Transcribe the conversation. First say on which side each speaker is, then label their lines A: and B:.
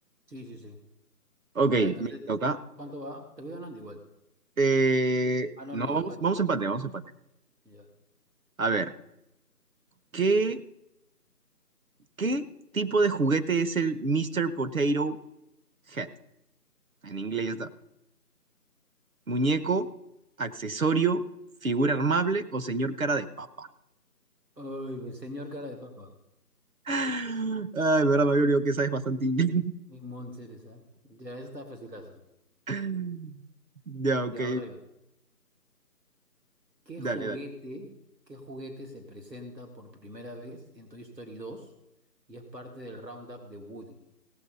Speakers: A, on the right (about 85°); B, on the right (about 55°).
A: Sí, sí, sí.
B: Ok,
A: Ya, entonces,
B: me toca.
A: ¿cuánto va? Te voy ganando igual.
B: Eh,
A: Ah, no,
B: no,
A: no,
B: vamos,
A: empate,
B: vamos
A: empate.
B: a empate, vamos a empate.
A: Ya.
B: A ver, ¿qué, qué tipo de juguete es el Mr. Potato Head? En inglés está. Muñeco, accesorio, figura armable o señor cara de papa.
A: Ay, pues, señor cara de papa.
B: <laughs> Ay, verdad, me había olvidado que sabes bastante inglés.
A: Mi Mom Ceres, ¿eh? Ya, esa está facilaza.
B: <laughs> Ya, ok.
A: Y ahora yo. ¿Qué
B: Dale,
A: juguete,
B: dale.
A: qué juguete se presenta por primera vez en Toy Story dos y es parte del Roundup de Woody?